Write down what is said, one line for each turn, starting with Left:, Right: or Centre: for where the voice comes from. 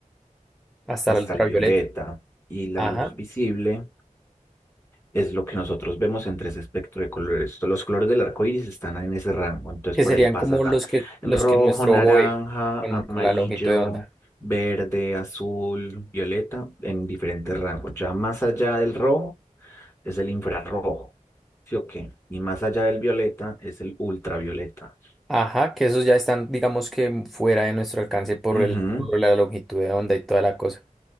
Centre: Hasta
Left: hasta
Centre: la ultravioleta.
Left: el violeta y la
Centre: Ajá.
Left: luz visible es lo que nosotros vemos entre ese espectro de colores. Los colores del arco iris están en ese rango, entonces
Centre: que
Left: por
Centre: serían
Left: ahí pasa
Centre: como los que, los
Left: rojo,
Centre: que nuestro
Left: naranja,
Centre: ojo ve con,
Left: amarillo,
Centre: con la longitud de onda.
Left: verde, azul, violeta, en diferentes rangos. Ya más allá del rojo es el infrarrojo, ¿sí o qué? Y más allá del violeta es el ultravioleta.
Centre: Ajá, que esos ya están, digamos que fuera de nuestro alcance por
Left: Ujú,
Centre: el, por la longitud de onda y toda la cosa.